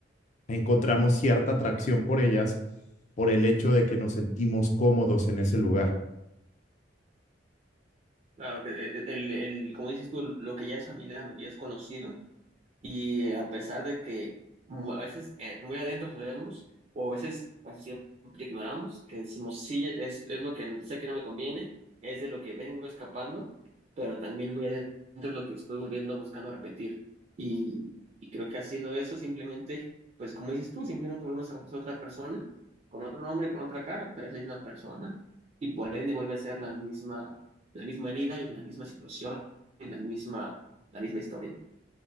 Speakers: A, on the left; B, on the right.
A: encontramos cierta atracción por ellas por el hecho de que nos sentimos cómodos en ese lugar.
B: Claro, que el, el, el- como dices tú, lo que ya es familiar, lo que ya es conocido, y a pesar de que mu- a veces eh, muy adentro sabemos, o a veces casi siempre ignoramos, que decimos, sí, es, es lo que sé que no me conviene, es de lo que vengo escapando, pero también muy adentro es lo que estoy volviendo buscando repetir. Y, y creo que haciendo eso simplemente, pues como dices tú, simplemente volvemos a conocer a otra persona, con otro nombre, con otra cara, pero es la misma persona. Y por ende vuelve a ser la misma, la misma herida y la misma situación y la misma, la misma historia.